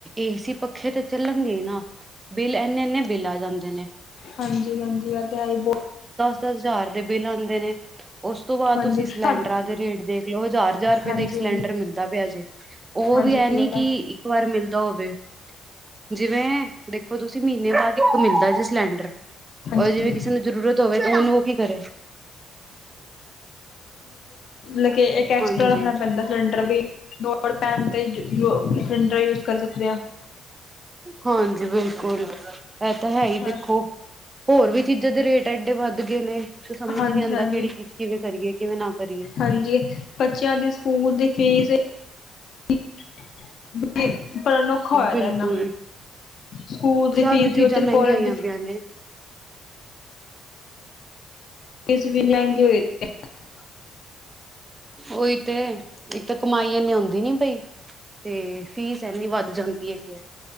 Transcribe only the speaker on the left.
ਹਾਂਜੀ-ਹਾਂਜੀ, ਆ ਧਹਾਈ ਬੋ
ਹਾਂਜੀ
ਹਾਂਜੀ
ਹਾਂਜੀ
ਹਾਂਜੀ
ਉਹ
ਤਾਂ
ਹਾਂਜੀ
ਲਕੇ ਇੱਕ ਐਕਸਟ੍ਰਰਾ
ਰੱਖਣਾ ਪੈਂਦਾ ਸਿਲੰਡਰ ਵੀ, ਲੋੜ ਪੈਣ ਤੇ ਪ੍ਰਿੰਟਰ ਯੂਜ਼ ਕਰ ਸਕਦੇ ਹਾਂ।
ਹਾਂ
ਹਾਂਜੀ
ਹਾਂਜੀ
ਹਾਂਜੀ ਬੱਚਿਆਂ ਦੀ ਸਕੂਲ ਦੀ ਫੀਸ <unintelligible> ਪਰ ਅਨੋਖਾ ਹੋਇਆ
ਦਾ ਇੰਨਾ। ਸਕੂਲ ਦੀ
ਫੀਸ
ਵੀ <unintelligible>
ਕਾਲਜ
ਦੀ
ਇਸ ਵਿਨੇ ਆਏਗੇ <unintelligible>